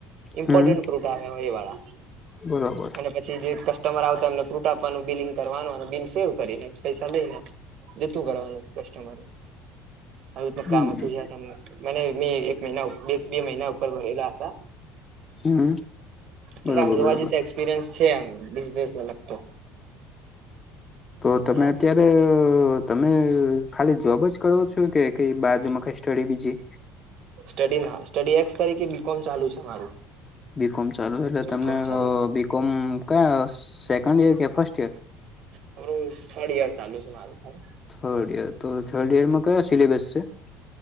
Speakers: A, on the right; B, on the left.
A: ઇ્પોર્ટન્ટ
B: હમ
A: ફ્રુટ આવે એ વાળા
B: બરોબર
A: અને પછી જે કસ્ટમર આવતા એમને ફ્રૂટ આપવાનું બિલિંગ કરવાનું બિલ સેવ કરીને પૈસા લઈ લેવા જતું કરવાનું કસ્ટમર આવું તે
B: હમ
A: કામ હતું જે મને મેં એક મહિના બે મહિના ઉપર ભરેલા હતા
B: હમ
A: અલ્યા
B: બરોબર
A: આમ જોવા
B: બરોબર
A: જઈ તો એક્સપિરિયન્સ છે બિઝનેસને લગતો
B: તો તમે
A: બરાબર
B: અત્યારે તો તમે ખાલી જોબ જ કરો છો કે કઇ બાજુમાં કઈ સ્ટડી બીજી
A: સ્ટડી ના સ્ટડી એક્સ તરીકે બીકોમ ચાલુ છે મારું
B: બીકોમ ચાલુ છે એટલે
A: બીકોમ
B: તમને
A: ચાલુ
B: બીકોમ કયા સેકન્ડ ઈયર કે ફર્સ્ટ ઈયર
A: મારું થર્ડ એયર ચાલુ છે મારું
B: થર્ડ યર તો થર્ડ ઈયરમાં કયો સિલેબસ છે